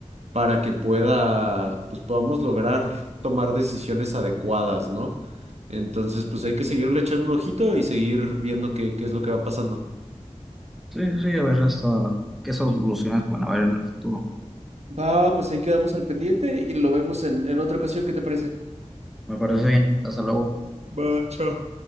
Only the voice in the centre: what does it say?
Sí, sí, a ver hasta qué soluciones pueden haber en el futuro.
Me parece bien. Hasta luego.